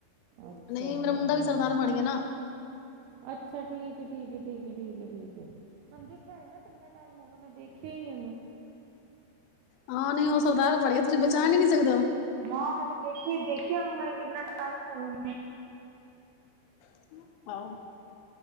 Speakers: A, on the right; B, on the left.
A: ਅੱਛਾ
B: ਨਹੀਂ ਮੇਰਾ ਮੁੰਡਾ ਵੀ ਸਰਦਾਰ ਬੰਗਿਆ ਨਾ।
A: ਅੱਛਾ, ਠੀਕ ਹੈ, ਠੀਕ ਹੈ, ਠੀਕ, ਠੀਕ, ਠੀਕ ਹੈ। ਤੁਹਾਨੂੰ ਦੇਖਿਆ ਨੂੰ ਕਿੰਨਾ ਟਾਈਮ ਹੋ ਗਿਆ, ਮੈਂ ਦੇਖਿਆ ਹੀ ਨੀ ਉਹਨੂੰ।
B: ਹਾਂ ਨਹੀਂ ਹੋ ਸਕਦਾ, ਬੜੀਆ ਤੁਸੀਂ ਪਹਿਚਾਣ ਨੀ ਸਕਦਾ ਹੋ।
A: ਨਾ ਮੈਂ ਤੇ ਦੇਖੀ-ਦੇਖੀ ਉਹਨੂੰ, ਮੈਂ ਕਿੰਨਾ ਟਾਈਮ ਹੋ ਗਿਆ ਮੈ।
B: ਹਹ <unintelligible>